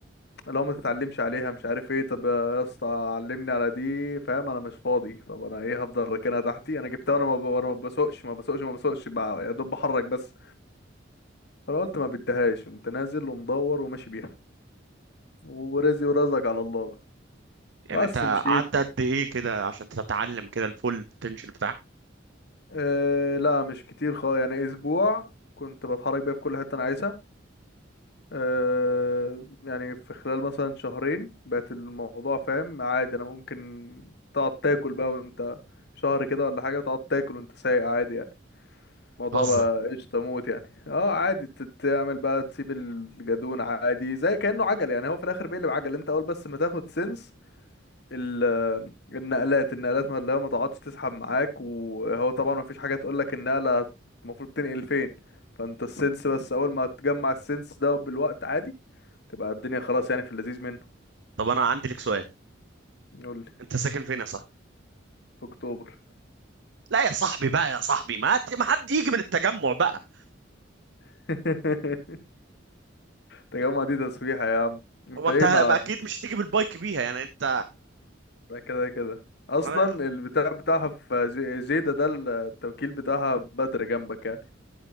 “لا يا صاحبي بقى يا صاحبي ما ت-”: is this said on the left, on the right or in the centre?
Right